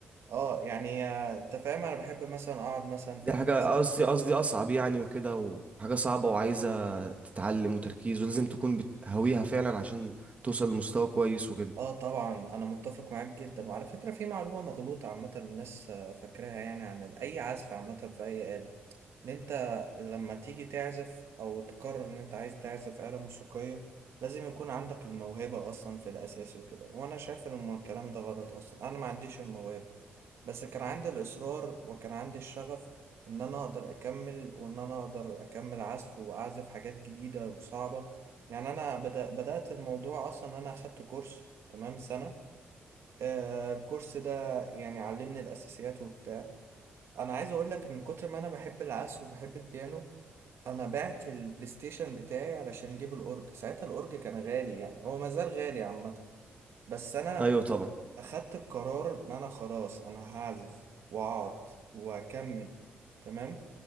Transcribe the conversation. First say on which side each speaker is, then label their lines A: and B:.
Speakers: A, on the right; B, on the right.
A: اه يعني آه، انت فاهم انا بحب مثلا اقعد مثلا فاهم
B: دي حاجة
A: أس-
B: قصدي قصدي أصعب يعني وكده وحاجة صعبة وعايزة تتعلم وتركيز ولازم تكون بتهويها فعلا عشان توصل لمستوى كويس وكده
A: اه طبعا انا متفق معاك جدا وعلى فكره في معلومه مغلوطه عامه الناس آه، فاكراها يعني عن ال- اي عزف عامه في اي آلة ان انت لما تيجي تعزف او تقرر ان انت عايز تعزف آلة موسيقية لازم يكون عندك الموهبة اصلا في الاساس وكده وانا شايف ان الم- الكلام ده غلط اصلا انا ما عنديش الموهبة بس كان عندي الاصرار وكان عندي الشغف ان انا اقدر اكمل وان انا اقدر اكمل عزف واعزف حاجات جديدة وصعبة يعني انا بدأ بدأت الموضوع اصلا ان انا اخدت كورس تمام سنة آه، الكورس ده يعني علمني الاساسيات وبتاع انا عايز اقول لك من كتر ما انا بحب العزف وبحب البيانو انا بعت البلاي ستيشن بتاعي علشان جيب الاورج ساعتها الاورج كان غالي يعني هو ما زال غالي عامه بس انا
B: أيوة طبعا
A: اخدت القرار ان انا خلاص انا هعزف واقعد واكمل تمام